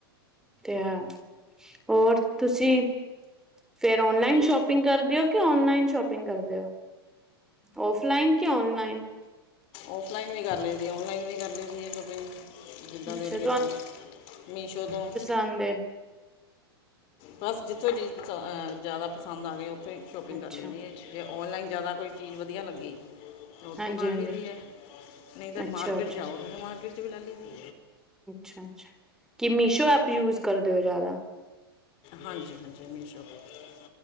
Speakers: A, in the centre; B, on the left (about 45°).
A: ਤੇ ਹਾਂ, ਹੋਰ ਤੁਸੀਂ। ਫਿਰ ਔਨਲਾਈਨ ਸ਼ੋਪਿੰਗ ਕਰਦੇ ਓ ਕਿ, ਔਨਲਾਈਨ ਸ਼ੋਪਿੰਗ ਕਰਦੇ ਹੋ? ਔਫਲਾਈਨ ਕਿ ਔਨਲਾਈਨ?
B: ਔਫਲਾਈਨ ਵੀ ਕਰ ਲਾਈਦੀ ਆ। ਔਨਲਾਈਨ ਵੀ ਕਰ ਲਾਈ ਦੀ ਆ। ਜਿੱਦਾਂ
A: ਅੱਛਾ
B: ਦਿਲ ਕੀਤਾ ਮੀਸ਼ੋ ਤੋਂ।
A: ਐਦੇ।
B: ਬਸ ਜਿੱਥੋਂ ਚੀਜ਼ ਪਸ ਜ਼ਿਆਦਾ ਪਸੰਦ ਆ ਗਈ, ਉੱਥੇ ਹੀ ਸ਼ੋਪਿੰਗ
A: ਅੱਛਾ,
B: ਕਰ ਲਾਈ ਦੀ ਆ। ਜੇ ਔਨਲਾਈਨ ਜ਼ਿਆਦਾ ਕੋਈ ਚੀਜ਼ ਵਧੀਆ ਲੱਗੀ। ਉੱਥੋਂ
A: ਹਾਂਜੀ-ਹਾਂਜੀ,
B: ਕਰ ਲਈਦੀ ਏ। ਨਹੀਂ ਤਾਂ
A: ਅੱਛਾ-ਅੱਛਾ,
B: ਮਾਰਕੀਟ ਜਾਵਾ ਮਾਰਕੀਟ 'ਚ ਵੀ ਲੈ ਲਈਦੀ।
A: ਅੱਛਾ ਅੱਛਾ। ਕੀ ਮੀਸ਼ੋ ਐਪ ਯੂਜ ਕਰਦੇ ਹੋ ਜ਼ਿਆਦਾ?
B: ਹਾਂਜੀ ਹਾਂਜੀ। ਮੀਸ਼ੋ ਤੋਂ।